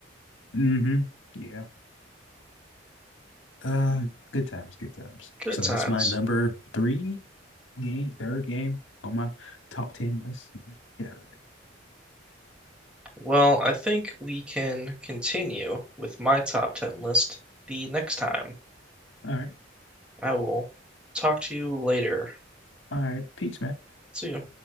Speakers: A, on the left (about 80°); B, in the centre.
A: Mm-hmm. Yeah. Uh, good times, good times.
B: Good
A: So
B: times.
A: that's my number three game, third game on my top ten list. Yeah.
B: Well, I think we can continue with my top 10 list the next time.
A: All right.
B: I will talk to you later.
A: All right. Peace, man.
B: See you.